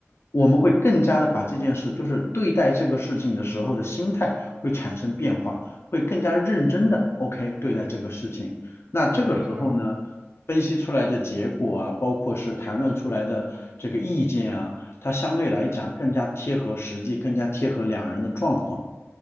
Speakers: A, on the left; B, on the right.
A: 我们会更加的把这件事，
B: 嗯
A: 就是对待这个事情的时候的心态会产生变化，会更加认真的
B: 嗯，
A: OK 对待这个事情。那这个时候呢，
B: 对，就是
A: 分析出来的结果啊，包括是谈论出来的这个意见啊，它相对来讲更加贴合实际，
B: 嗯
A: 更加贴合两人的状况。